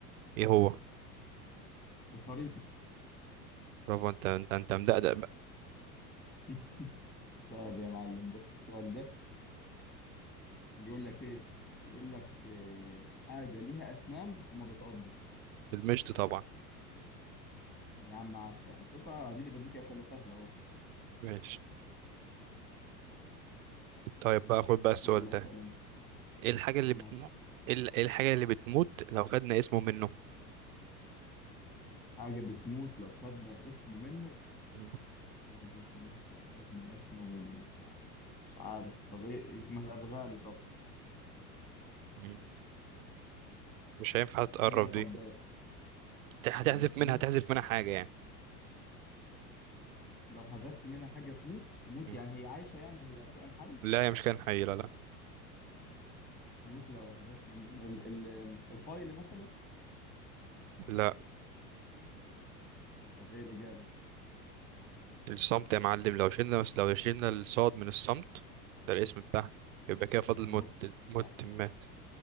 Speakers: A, on the right; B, on the left.
A: ايه هو
B: الخريطه
A: برافو انت انت انت مدقدق بقى
B: <laughs> طب يا معلم بص السؤال ده بيقول لك ايه بيقول لك إيه حاجه ليها اسنان وما بتعضش
A: بالمشط طبعا
B: يا عم عاش يا عم شوفها اديني بديك اسئله سهله اهو
A: ماشي طيب بقى خد بقى السؤال
B: يلا
A: ده
B: اسال انت
A: ايه الحاجة اللي
B: تمام
A: بتموت ايه ال- إيه الحاجة اللي بتموت لو خدنا اسمه منه
B: حاجه بتموت لو خدنا اسمه منه
A: <laughs>
B: حاجه تموت لو خدنا اسمه منه مش عارف طب ايه ما تقربها لي طب
A: مم. مش هينفع تقرب
B: حاجة طب
A: دي هت- هتحذف
B: حاجة تموت
A: منها هتحذف
B: يعني
A: منها حاجة يعني
B: لو حذفت منها حاجة تموت تموت
A: مم.
B: يعني هي عايشة يعني هي كائن حي
A: لا هي مش كائن حي لا لا
B: تموت لو حذفنا منه ال ال الفايل مثلا
A: لا
B: طب ايه الإجابة
A: الصمت يا معلم لو شلنا بس لو شلنا الصاد من الصمت ده الاسم بتاعها يبقى كده فاضل
B: تبقى
A: موت
B: موت
A: موت
B: صح
A: مات